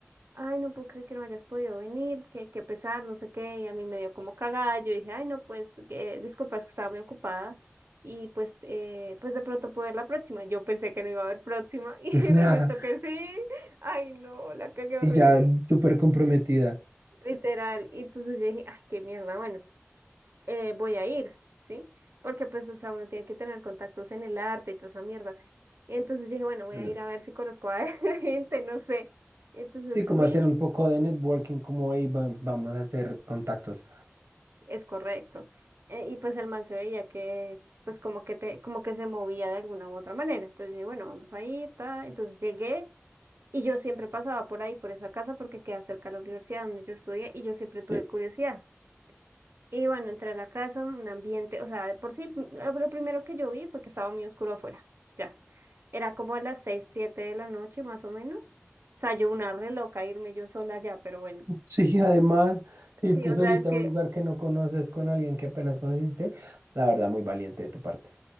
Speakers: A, on the right; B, on the right.
A: ay, no puedo creer que no hayas podido venir, que qué pesar, no sé qué, y a mí me dio como cagada, yo dije, ay, no, pues, que, disculpa, es que estaba muy ocupada, y pues, eh, pues de pronto puedo ir la próxima, yo pensé que no iba a haber próxima, <laughs> y
B: <laughs>
A: resultó que sí, ay, no, la cagué
B: Y
A: horrible,
B: ya súper comprometida.
A: literal, y entonces yo dije, ay, qué mierda, bueno, eh, voy a ir, ¿sí? Porque pues, o sea, uno tiene que tener contactos en el arte y toda esa mierda, y entonces yo dije, bueno, voy
B: En
A: a
B: efecto.
A: ir a ver si conozco a <laughs> gente, no sé, entonces
B: Sí, como
A: fui,
B: hacer un poco de networking, como, hey, va- vamos a hacer contactos.
A: Es correcto. Eh, y pues el man se veía que, pues como que te, como que se movía de alguna u otra manera. Entonces yo dije, bueno, vamos ahí, ta. Entonces llegué y yo siempre pasaba por ahí, por esa casa, porque queda cerca de la universidad donde yo estudié y yo siempre tuve
B: Sí,
A: curiosidad. Y bueno, entré a la casa, un ambiente, o sea, de por sí, lo, lo primero que yo vi fue que estaba muy oscuro afuera. Ya. Era como a las seis, siete de la noche más o menos. O sea, yo una re loca irme yo sola allá, pero bueno.
B: Sí, además, irte
A: Sí, o
B: solita
A: sea, es que
B: a un lugar que no conoces con alguien que apenas conociste, la verdad, muy valiente de tu parte.